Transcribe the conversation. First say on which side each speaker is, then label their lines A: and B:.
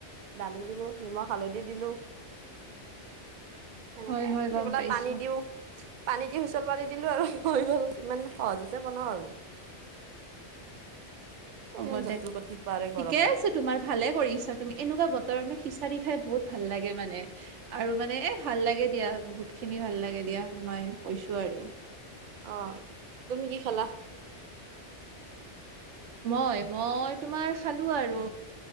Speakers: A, on the right (about 60°); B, on the right (about 85°).
A: দালি দিলো নিমখ হালধি দিলো। সেনেকে
B: হয় হয়
A: দি
B: গম
A: পেলাই
B: পাইছো
A: পানী দিও পানী দি হুইচল পানী দিলো আৰু হৈ গল ইমান সহজতে বনাওঁ আৰু
B: হ'ব
A: ইমান জটিল
B: দে
A: কৰি থাকিব পাৰে গৰমত
B: ঠিকে আছে তোমাৰ ভালে কৰিছা তুমি এনেকুৱা বতৰ খিচাৰি খাই বহুত ভাল লাগে মানে আৰু মানে এ ভাল লাগে দিয়া বহুত। খিনি ভাল লাগে দিয়া সোমাই কৈছো আৰু।
A: অহ তুমি কি খালা?
B: মই মই তোমাৰ খালো আৰু